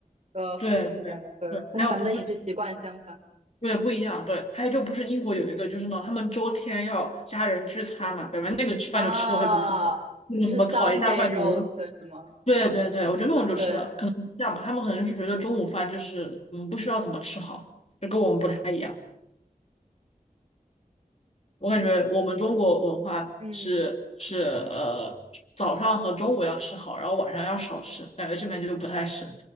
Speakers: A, on the right; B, on the left.
A: 呃丰盛一点的，
B: 对对对，
A: 对，跟咱们的饮食习惯相反
B: 还有不是对，不一样。对，还有就不是英国有一个，就是呢，他们周天要家人聚餐嘛，感觉那个吃饭就吃的会比较好，
A: 啊，
B: 那种什么烤一大块牛肉。
A: 就是 Sunday roast 是吗？
B: 对对对，我觉得那种就吃的可能是这样吧，
A: 对，
B: 他们可能就是觉得中午饭就是嗯不需要怎么吃好，就跟我们不太一样。我感觉我们中国文化是是呃早上和中午要吃好，
A: 嗯，
B: 然后晚上要少吃，感觉这边就不太是，